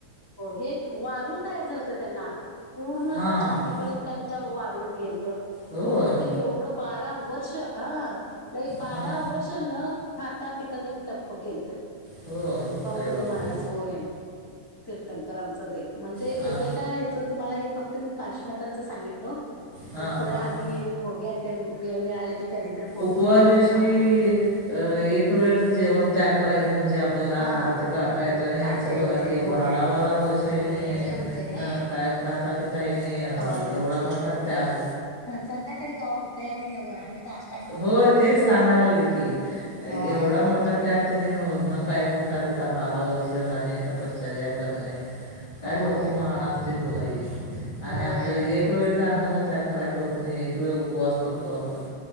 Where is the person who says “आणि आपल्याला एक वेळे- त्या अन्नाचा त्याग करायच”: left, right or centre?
Left